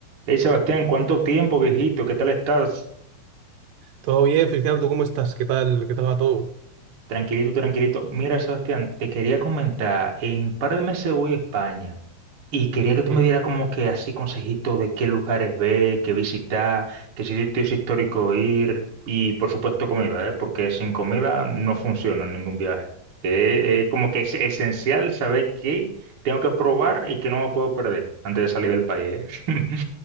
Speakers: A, on the right (about 45°); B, on the right (about 85°).
A: Hey Sebastián, ¿cuánto tiempo, viejito? ¿Qué tal estás?
B: Todo bien, Feliciano, ¿tú cómo estás? ¿Qué tal? ¿Qué tal va todo?
A: Tranquilito, tranquilito. Mira, Sebastián, te quería comentar, en un par de meses voy a España y quería que tú
B: Mm.
A: me dieras como que así consejitos de qué lugares ver, qué visitar, qué sitios históricos ir y por supuesto comida, ¿eh? Porque sin comida no funciona ningún viaje. Que es como que es esencial saber qué tengo que probar y qué no me puedo perder antes de salir del país, ¿eh? <laughs>